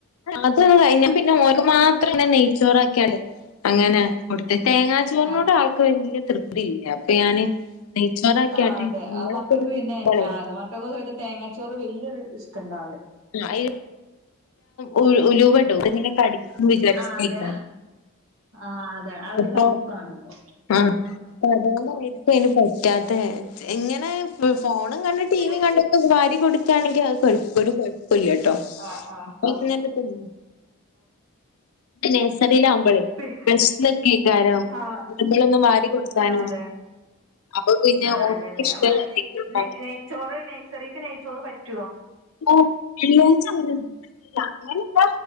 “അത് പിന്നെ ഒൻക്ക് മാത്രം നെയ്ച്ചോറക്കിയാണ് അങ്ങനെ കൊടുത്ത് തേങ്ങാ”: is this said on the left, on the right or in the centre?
Left